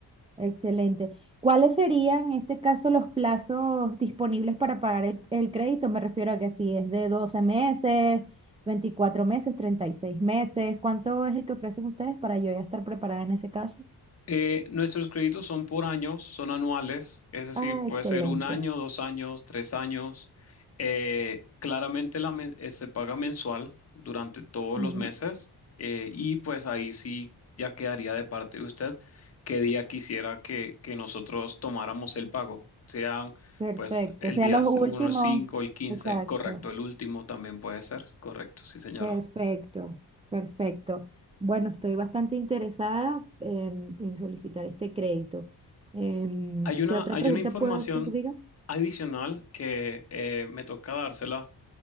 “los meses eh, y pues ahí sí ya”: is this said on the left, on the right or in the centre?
Left